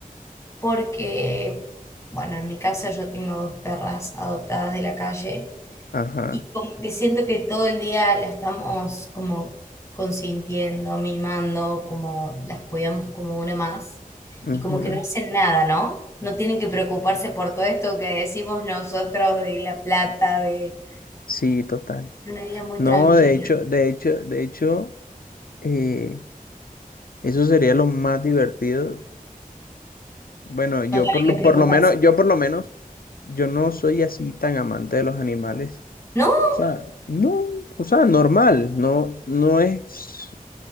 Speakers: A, on the left (about 20°); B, on the left (about 75°).
A: Porque, bueno, en mi casa yo tengo dos perras adoptadas de la calle.
B: Ajá.
A: Y como que siento que todo el día la estamos como consintiendo, mimando, como las cuidamos como una más.
B: ujú.
A: Y como que no hacen nada, ¿no? No tienen que preocuparse por todo esto que decimos nosotros de la plata, de
B: Sí, total.
A: una vida muy
B: No,
A: tranquila.
B: de hecho, de hecho, de hecho, eh, eso sería lo más divertido. Bueno, yo
A: No tienen
B: por lo,
A: que
B: por
A: preocuparse.
B: lo menos, yo por lo menos, yo no soy así tan amante de los animales.
A: No,
B: O sea, no, o sea, normal, no, no es,